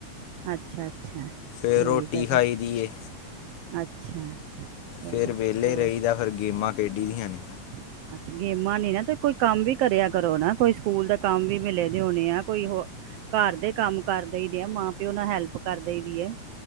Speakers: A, on the right; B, on the left.
A: ਅੱਛਾ ਅੱਛਾ
B: ਫਿਰ
A: ਠੀਕ
B: ਰੋਟੀ
A: ਹੈ
B: ਖਾਈ
A: ਜੀ
B: ਦੀ ਏ
A: ਅੱਛਾ ਚਲੋ
B: ਫੇਰ ਵਿਹਲੇ
A: ਹੋਰ
B: ਰੇਹੀਦਾ ਫਿਰ ਗੇਮਾਂ ਖੇਡੀ ਦੀਆਂ ਨੇ
A: <unintelligible> ਗੇਮਾਂ ਨੀ ਨਾ ਤੇ ਕੋਈ ਕੰਮ ਵੀ ਕਰਿਆ ਕਰੋ ਨਾ ਕੋਈ ਸਕੂਲ ਦਾ ਕੰਮ ਵੀ ਮਿਲੇ ਦੇ ਹੋਣੇ ਆ ਕੋਈ ਹੋ ਘਰ ਦੇ ਕੰਮ ਕਰਦੇ ਆ ਮਾਂ ਪਿਓ ਨਾਲ ਹੈਲਪ ਕਰਦੇ ਦੀ ਆ